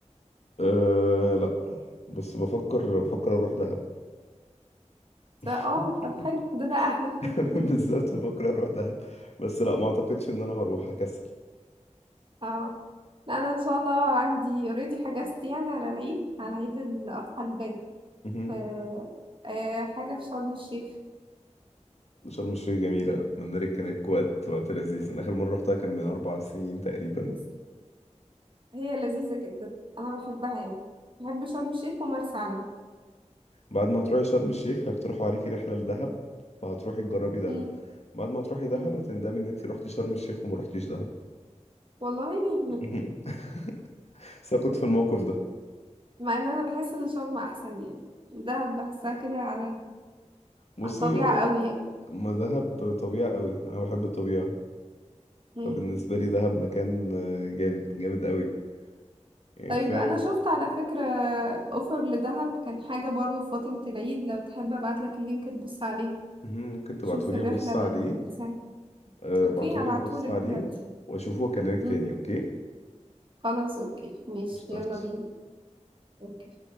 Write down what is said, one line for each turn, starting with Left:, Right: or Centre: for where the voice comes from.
Left: أه لا بس بفكر بفكر اروح دهب
Right: ف- اه
Left: <laughs>
Right: طب حلو ده ده أحلى <laughs>
Left: بالظبط بفكر اروح دهب بس لا ما اعتقدش ان انا هروح هكسل
Right: اه لا أنا إن شاء الله عندي اوريدي حجزت يعني على العيد على عيد الأضحى الجاي
Left: مهم.
Right: آه، آه، حاجة في شرم الشيخ
Left: شرم الشيخ جميلة أتمنى لك هناك وقت وقت لذيذ أنا آخر مرة رحتها كان من أربع سنين تقريبا
Right: بس هي لذيذة جدا أنا بحبها يعني بحب شرم الشيخ ومرسى علم
Left: بعد ما هتروحي شرم الشيخ هيقترحوا عليكي رحلة لدهب فهتروحي تجربي دهب
Right: مم.
Left: بعد ما تروحي دهب
Right: مم.
Left: هتندمي إن أنت رحتي شرم الشيخ وما رحتيش دهب
Right: والله <laughs>
Left: مهم. <laughs> بس أنا كنت في الموقف ده
Right: مع ان انا بحس ان شرم احسن يعني ده بحسها كده على ال-
Left: بصي
Right: على الطبيعة قوي يعني
Left: ما دهب طبيعة قوي أنا بحب الطبيعة
Right: مم.
Left: فبالنسبة لي دهب مكان آه، جامد جامد قوي يعني
Right: طيب
Left: كفاية
Right: انا شفت على فكرة اوفر لدهب كان حاجة برضو في فترة العيد لو تحب ابعتلك اللينك تبص عليه
Left: مهم. ممكن تبعتولي
Right: شوف الرحلة
Left: ابص عليه
Right: والساعة
Left: أه
Right: اوكي
Left: بعتولي
Right: هبعتهولك
Left: هبص عليه
Right: دلوقتي
Left: و- واشوفه واكلمك
Right: مم.
Left: تاني اوكي
Right: خلاص اوكي ماشي
Left: قشطة
Right: يلا بينا اوكي